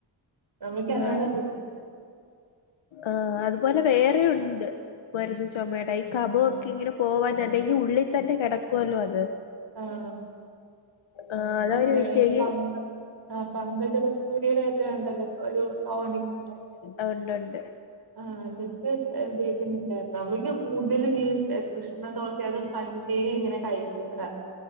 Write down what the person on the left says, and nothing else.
ആഹ് ആഹ് അതുപോലെ വേറെ ഉണ്ട് മരുന്ന് ചുമയുടെ ഈ കഫൊക്കെ ഇങ്ങനെ പോവാൻ അല്ലെങ്കിൽ ഉള്ളിൽ തന്നെ കിടക്കുവല്ലോ അത്
ആഹ്
അതവര് വിഷയി
ആഹ് ഉണ്ട് ഉണ്ട്